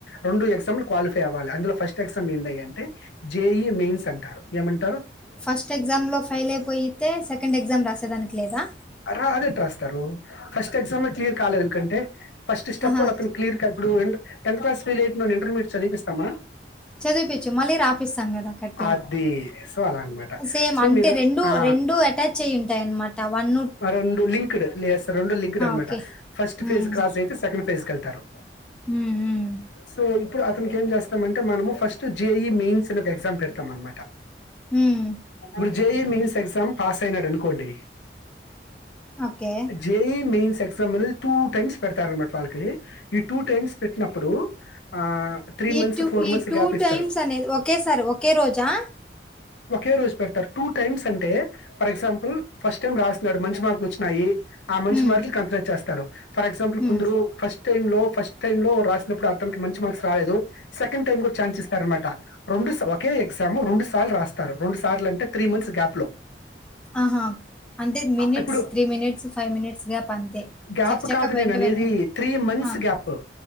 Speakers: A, on the left; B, in the centre.
A: రెండు ఎగ్జాంలు క్వాలిఫై అవ్వాలి అందులో ఫస్ట్ ఎగ్జామ్ ఏంది అంటే జేఈఈ మెయిన్స్ అంటా ఏమన్
B: ఫస్ట్ ఎగ్జామ్ లో ఫెయిల్ అయిపోయితే సెకండ్ ఎగ్జామ్ రాస్ డానికి లేదా
A: అరే అదెట్ రాస్తరు ఫస్ట్ ఎగ్జామే క్లియర్ కాలేదు ఇంకంటే ఫస్ట్ స్టెప్
B: ఆహా!
A: కూడా అతను క్లియర్ క ఇప్పుడు అం టెన్త్ క్లాస్ ఫెయిల్ ఐతయిందని ఇంటర్మీయట్ చదిపిస్తామా
B: చదిపించు మళ్ళీ రాపిస్తాం కదా కట్టి
A: అది సో అలా అనమాట
B: సేమ్
A: సో
B: అంటే
A: మీరు
B: రెండు
A: ఆ
B: రెండు అటాచ్ అయ్ ఉంటాయి అన్నమాట వన్
A: ఆ రెండు లింక్డ్ లే రెండు లింక్డ్ అనమాట
B: ఓకే.
A: ఫస్ట్
B: హ్మ్.
A: ఫేజ్ క్రాస్ అయితే సెకండ్ ఫేజ్ తీసుకెళ్తారు
B: హ్మ్. హ్మ్.
A: సో ఇప్ ఇప్పుడు అతనికి ఏం చేస్తామంటే మనము ఫస్ట్ జేఈ మెయిన్స్ ఒక ఎగ్జామ్ పెడతాం అనమాట
B: హ్మ్
A: ఇప్పుడు జేఈ మేన్స్ ఎగ్జామ్ పాస్ అయినాడు అనుకోండి
B: ఓకే.
A: జేఈ మీన్స్ ఎగ్జామ్ అనేది టూ టైమ్స్ పెడతారునమాట వాళ్ళకి ఈ టూ టైమ్స్ పెట్టినప్పుడు ఆ త్రీ
B: ఈ
A: మంత్స్
B: టూ
A: ఫోర్
B: ఈ
A: మంత్స్
B: టూ
A: గ్యాప్ ఇస్తారు
B: టైమ్స్ అనేది ఒకేసారి ఒకే రోజా
A: ఒకే రోజు పెడతారు టూ టైమ్స్ అంటే ఫర్ ఎగ్జాంపుల్ ఫస్ట్ టైమ్ రాస్నడు మంష్ మార్కు వచ్చినాయి ఆ మంచి
B: హ్మ్.
A: మార్కులు కంటేట్ చేస్తారు ఫర్ ఎక్సంపుల్
B: హ్మ్.
A: కొందరు ఫస్ట్ టై లో ఫస్ట్ టై లో రాసినప్పుడు అతనికి మంచి మార్క్స్ రాలేదు సెకండ్ టైం కూడా ఛాన్స్ ఇస్తారనమాట రెండు సా ఒకే ఎగ్జామ్ రెండు సార్లు రాస్తారు రెండు సార్లు అంటే త్రీ మంత్స్ గ్యాప్ లో
B: ఆహా! అంటే మినిట్స్
A: ఆ, ఇప్పుడు
B: three minutes five minutes gap అంతే.
A: గ్యాప్
B: చకచక
A: కాదు
B: వెంట
A: నేను అనేదీ
B: వెంటనే.
A: త్రీ మంత్స్
B: ఆ!
A: గ్యాప్